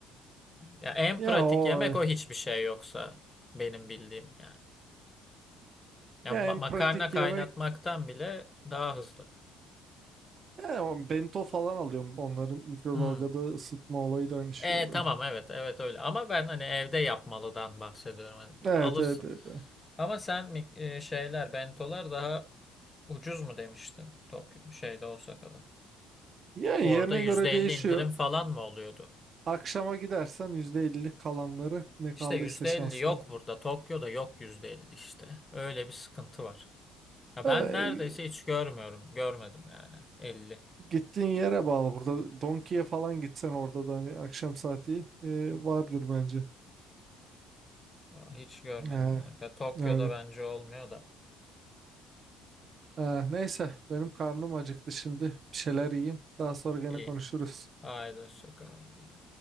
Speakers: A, on the left; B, on the right.
A: Ya en
B: Ya
A: pratik
B: o
A: yemek
B: e,
A: o hiçbir şey yoksa benim bildiğim yani. Ya
B: ya
A: ma-
B: en pratik
A: makarna kaynatmaktan
B: yemek
A: bile daha hızlı.
B: He, o bento falan alıyorum. Onları mikrodalgada
A: Hmm.
B: ısıtma olayı da aynı şey
A: E
B: oluyor.
A: tamam evet evet öyle. Ama ben hani evde yapmalıdan bahsediyorum. Hani
B: Evet
A: alırsın.
B: evet evet. evet.
A: Ama sen mi- e, şeyler bentolar daha ucuz mu demiştin? Tokyo şeyde Osaka'da.
B: Yani
A: Orada
B: yerine
A: yüzde
B: göre değişiyor.
A: elli indirim falan mı oluyordu?
B: Akşama gidersen %50 kalanları ne kaldıysa
A: İşte %50
B: şansına.
A: yok burada. Tokyo'da yok %50 işte. Öyle bir sıkıntı var. Ya
B: Ee,
A: ben neredeyse hiç görmüyorum. Görmedim yani. 50.
B: gittiğin yere bağlı. Burada
A: Evet.
B: Donki'ye falan gitsen orada da hani akşam saati e, vardır bence.
A: Aa, Hiç görmedim
B: He,
A: ben. Tokyo'da
B: öyle.
A: bence olmuyor da.
B: Ee, neyse benim karnım acıktı şimdi. Bir şeyler yiyeyim. Daha sonra gene
A: İyi.
B: konuşuruz.
A: Haydi hoşça kal. Güle güle.